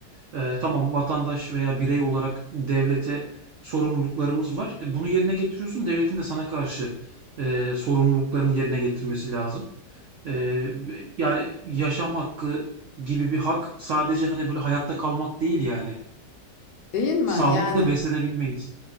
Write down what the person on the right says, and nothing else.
e, tamam vatandaş veya birey olarak devlete sorumluluklarımız var. E, bunu yerine getiriyorsun, devletin de sana karşı e, sorumluluklarını yerine getirmesi lazım. Eee, yani yaşam hakkı gibi bir hak sadece hani böyle hayatta kalmak değil yani.
Sağlıklı
da beslenebilmeliyiz.